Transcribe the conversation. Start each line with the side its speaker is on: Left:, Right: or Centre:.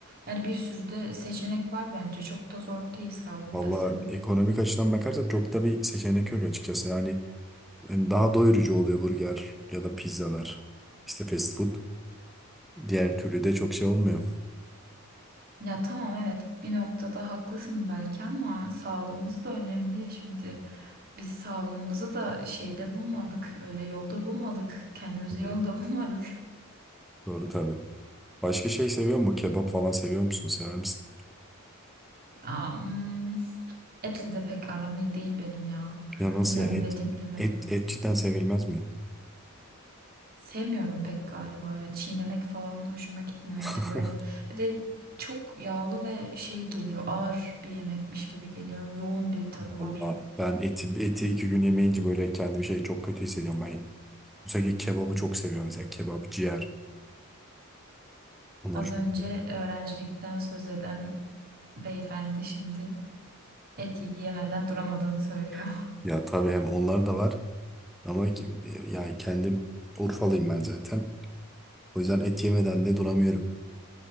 Right: Yani bir sürü de seçenek var bence. Çok da zor değil sağlıklı
Centre: Valla
Right: beslenmek.
Centre: ekonomik açıdan bakarsak çok da bir seçenek yok açıkçası. Yani hem daha doyurucu oluyor burger ya da pizzalar. İşte fast food. Diğer türlü de çok şey olmuyor.
Right: Ya tamam evet bir noktada haklısın belki ama sağlığımız da önemli. Şimdi biz sağlığımızı da şeyde bulmadık. Öyle yolda bulmadık. Kendimizi
Centre: Tabii.
Right: yolda <laughs> bulmadık.
Centre: Doğru tabii. Başka şey seviyor mu? Kebap falan seviyor musun? Sever misin?
Right: Aa, hmm, etle de pek aram iyi değil benim ya.
Centre: Ya nasıl
Right: Bilmiyorum
Centre: ya et?
Right: dediğim gibi.
Centre: Et, et cidden sevilmez mi?
Right: Sevmiyorum pek galiba ya. Çiğnemek falan hoşuma gitmiyor
Centre: <laughs>
Right: eti böyle. Bir de çok yağlı ve şey geliyor. Ağır bir yemekmiş gibi geliyor. Yoğun bir tadı
Centre: Valla
Right: var.
Centre: ben eti, eti iki gün yemeyince böyle kendimi şey çok kötü hissediyorum. Ben özellikle kebabı çok seviyorum. Mesela kebap, ciğer. Onları
Right: Az önce
Centre: çok seviyorum.
Right: öğrencilikten söz eden beyefendi şimdi et yiyemeden duramadığını söylüyor.
Centre: <laughs> Ya tabii hem onlar da var. Ama ki- e, yani kendim Urfalıyım ben zaten. O yüzden et yemeden de duramıyorum.